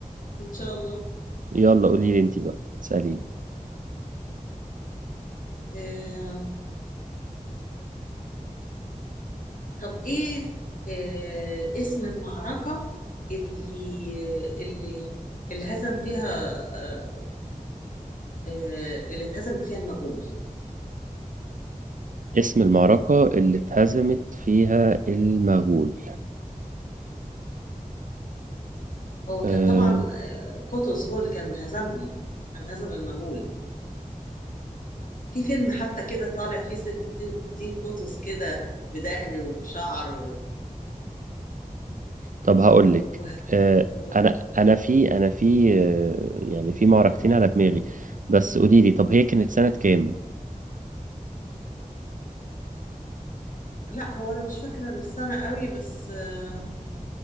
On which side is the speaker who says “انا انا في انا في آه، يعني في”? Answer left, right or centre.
Right